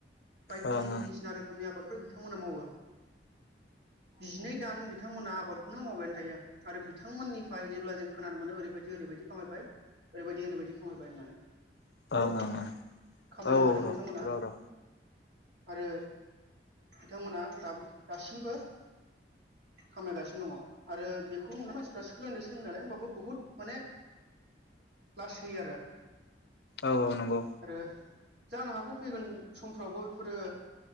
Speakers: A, on the right; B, on the left.
A: बायदिसिना
B: ओं
A: रोखोमनि आबाद बिथांमोना मावो जिनै दान बिथांमोना आबादखौनो मावबायानो थायो आरो बिथांमोननिफ्राय जेब्ला जों खोनानो मोनो ओरैबायदि ओरैबायदि खामायबाय। ओरैबायदि ओरैबायदि खामायबाय होननानै
B: ओं
A: बहुद
B: ओं
A: खामायनो
B: औ
A: हादों बिथांमोना।
B: र' र'
A: आरो बिथांमोना दाबो दासिमबो खामायगासिनो दङ आरो बेखौ नुना मानसिफ्रा सोलोंदों सोलोंनायालाय होमबाबो बुहुत माने लासै आरो
B: औ औ नंगौ
A: आरो जानो हागौ फैगोन समफ्रावबो बेफोरो